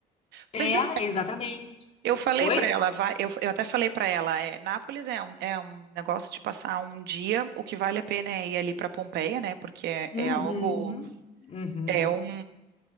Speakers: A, on the right (about 75°); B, on the left (about 40°).
A: Pois
B: é,
A: é.
B: exatamente.
A: Eu falei
B: Oi?
A: pra ela, vai, eu, eu até falei pra ela, é, Nápoles é um, é um negócio de passar um dia, o que vale a pena é ir ali pra Pompeia, né? Porque é,
B: Uhum,
A: é algo
B: uhum.
A: É um